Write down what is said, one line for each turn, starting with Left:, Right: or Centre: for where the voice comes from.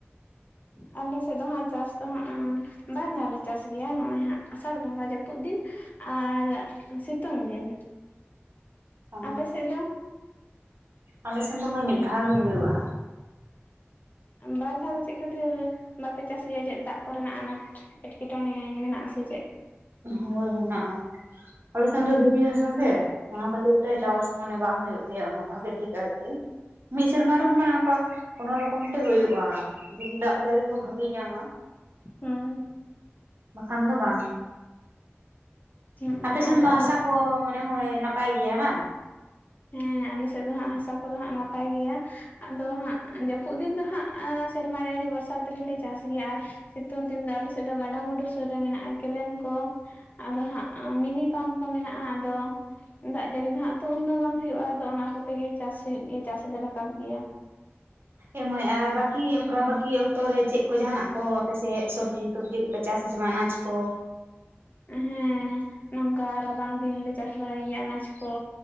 Left: ᱟᱞᱮ ᱥᱮᱫ ᱫᱚ ᱦᱟᱸᱜ ᱪᱟᱥ ᱫᱚ ᱦᱟᱸᱜ ᱵᱟᱨ ᱫᱷᱟᱣᱞ ᱞᱮ ᱪᱟᱥ ᱜᱮᱭᱟ ᱱᱚᱜᱼᱚᱭ ᱦᱟᱸᱜ ᱟᱥᱟᱲ ᱵᱚᱸᱜᱟ ᱡᱟᱹᱯᱩᱫ ᱫᱤᱱ ᱟᱨ ᱥᱤᱛᱩᱝ ᱫᱤᱱ
Right: ᱚ
Left: ᱟᱯᱮ ᱥᱮᱫ ᱫᱚ
Right: ᱟᱞᱮ ᱥᱮᱱ ᱫᱚ ᱢᱟᱹᱭ ᱢᱤᱫ ᱫᱷᱟᱣ ᱜᱮ ᱦᱩᱭᱩᱜᱼᱟ᱾
Left: ᱵᱟᱨ ᱫᱷᱟᱣ ᱫᱚ ᱪᱮᱫ ᱠᱷᱟᱹᱛᱤᱨ ᱵᱟᱯᱮ ᱪᱟᱥ ᱜᱮᱭᱟ ᱪᱮᱫ ᱫᱟᱜ ᱠᱚᱨᱮᱱᱟᱜ ᱟᱱᱟᱴ ᱮᱴᱠᱮᱴᱚᱬᱮ ᱢᱮᱱᱟᱜ-ᱟ ᱥᱮ ᱪᱮᱫ?
Right: ᱦᱳᱭ ᱢᱮᱱᱟᱜᱼᱟ᱾ ᱟᱞᱮ ᱥᱮᱱ ᱫᱚ ᱫᱷᱤᱨᱤ ᱦᱟᱥᱟ ᱥᱮ, ᱚᱱᱟ ᱠᱷᱟᱹᱛᱤᱨ ᱛᱮ ᱪᱟᱥ ᱢᱟᱱᱮ ᱵᱟᱝ ᱦᱩᱭᱩᱜ ᱜᱮᱭᱟ ᱩᱱᱟᱹᱜ ᱵᱷᱟᱜᱤ ᱴᱷᱤᱠ ᱟᱨᱠᱤ, ᱢᱤᱫ ᱥᱮᱨᱢᱟ ᱨᱮᱦᱚᱸ ᱢᱟᱱᱮ ᱚᱱᱠᱟ ᱠᱚᱱᱳ ᱨᱚᱠᱚᱢ ᱛᱮ ᱦᱳᱭᱳᱜᱼᱟ ᱡᱩᱫᱤ ᱫᱟᱜ ᱡᱟᱹᱲᱤ ᱠᱚ ᱵᱷᱟᱜᱤ ᱧᱟᱢᱟ᱾
Left: ᱦᱩᱸ
Right: ᱵᱟᱠᱷᱟᱱ ᱫᱚ ᱵᱟᱝ
Left: ᱦᱩᱸ
Right: ᱟᱯᱮ
Left: ᱟᱫᱚ
Right: ᱥᱮᱱ ᱫᱚ
Left: ᱟᱞᱮ
Right: ᱦᱟᱥᱟ ᱠᱚ ᱢᱚᱱᱮ ᱦᱚᱭ ᱱᱟᱯᱟᱭ ᱜᱮᱭᱟ ᱵᱟᱝ?
Left: ᱦᱮᱸ ᱟᱞᱮ ᱥᱮᱫ ᱫᱚ ᱦᱟᱸᱜ ᱦᱟᱥᱟ ᱠᱚᱫᱚ ᱦᱟᱸᱜ ᱱᱟᱯᱟᱭ ᱜᱮᱭᱟ ᱟᱫᱚ ᱦᱟᱸᱜ ᱡᱟᱹᱯᱩᱫ ᱫᱤᱱ ᱫᱚ ᱦᱟᱸᱜ ᱟᱨ ᱥᱮᱨᱢᱟ ᱡᱟᱹᱲᱤ ᱵᱚᱨᱥᱟ ᱛᱮᱜᱮᱞᱮ ᱪᱟᱥ ᱜᱮᱭᱟ ᱟᱨ ᱥᱤᱛᱩᱝ ᱫᱤᱱ ᱫᱚ ᱟᱞᱮ ᱥᱮᱫ ᱫᱚ ᱜᱟᱰᱟᱢᱩᱰᱩ ᱥᱩᱨ ᱨᱮ ᱢᱮᱱᱟᱜᱼᱟ ᱠᱮᱞᱮᱱ ᱠᱚ ᱟᱫᱚ ᱦᱟᱸᱜ ᱢᱤᱱᱤ ᱯᱟᱢᱯ ᱠᱚ ᱢᱮᱱᱟᱜᱼᱟ, ᱟᱫᱚ ᱫᱟᱜ ᱡᱟᱹᱲᱤ ᱢᱟ ᱦᱟᱜ ᱛᱚ ᱩᱱᱫᱚ ᱵᱟᱝ ᱦᱩᱭᱩᱜᱼᱟ ᱟᱫᱚ ᱚᱱᱟ ᱠᱚᱛᱮᱜ ᱜᱮ ᱪᱟᱥ ᱦᱩᱭᱩᱜ ᱜᱮᱭᱟ ᱪᱟᱥ ᱞᱮ ᱨᱟᱠᱟᱵ ᱜᱮᱭᱟ᱾
Right: ᱮ ᱢᱟ. ᱭ ᱟᱨ ᱵᱟᱹᱠᱤ ᱚᱱᱠᱟ ᱵᱟᱹᱠᱤ ᱚᱠᱛᱚᱨᱮ ᱪᱮᱫ ᱠᱚ ᱡᱟᱦᱟᱱᱟᱜ ᱠᱚ ᱟᱯᱮᱥᱮᱫ ᱥᱚᱵᱽᱡᱤ ᱴᱚᱵᱡᱤ ᱠᱚᱯᱮ ᱪᱟᱥ ᱟᱥᱮ ᱵᱟᱝ ᱟᱱᱟᱡ ᱠᱚ?
Left: ᱦᱮᱸ ᱱᱚᱝᱠᱟ ᱨᱟᱵᱟᱝ ᱫᱤᱱᱞᱮ ᱪᱟᱥ ᱵᱟᱲᱟᱭ ᱜᱮᱭᱟ ᱟᱱᱟᱡ ᱠᱚ᱾